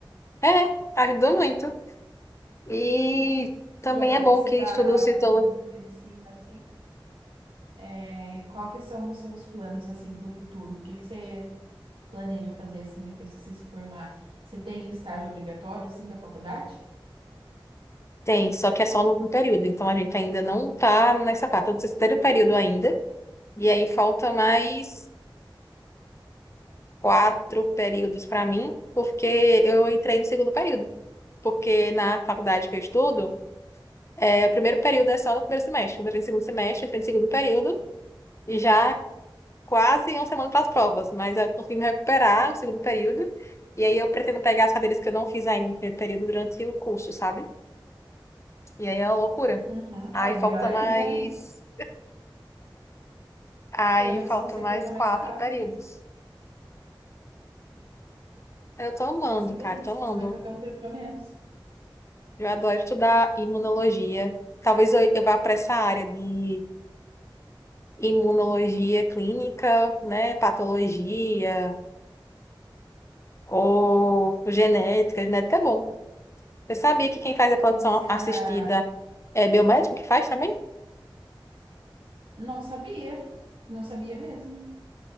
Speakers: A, on the left (about 30°); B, on the right (about 80°).
A: É, ajuda muito. E também
B: E agora
A: é bom
B: que você
A: que
B: tá
A: estudo citologia
B: fazendo biomedicina, assim, é, qual que são os seus planos, assim, pro futuro? O que que você planeja fazer, assim, depois que você se formar? Você tem o estágio obrigatório, assim, da faculdade?
A: tem, só que é só no último período, então a gente ainda não tá nessa parte, tô no terceiro período ainda, e aí falta mais quatro períodos para mim, porque eu entrei no segundo período, porque na faculdade que eu estudo, é, o primeiro período é só no primeiro semestre, como eu entrei no segundo semestre, eu entrei no segundo período, e já quase uma semana para as provas, mas eu consegui me recuperar o segundo período. E aí eu pretendo pegar as cadeiras que eu não fiz ainda no primeiro período durante o curso, sabe? E aí é uma loucura.
B: Uhum.
A: Aí
B: Ah, é
A: falta
B: melhor ainda,
A: mais.
B: né?
A: Aí
B: Pelo menos
A: faltam
B: você consegue
A: mais
B: terminar
A: quatro
B: mais rápido.
A: períodos. Eu tô amando,
B: Nossa, que
A: cara,
B: delícia.
A: tô amando.
B: Você vai fazer um período a menos.
A: Eu adoro estudar imunologia. Talvez eu eu vá para essa área de imunologia clínica, né? Patologia ou genética. Genética é bom. Eu sabia que quem faz a produção
B: E você já
A: assistida É biomédico que faz também?
B: não sabia. Não sabia mesmo.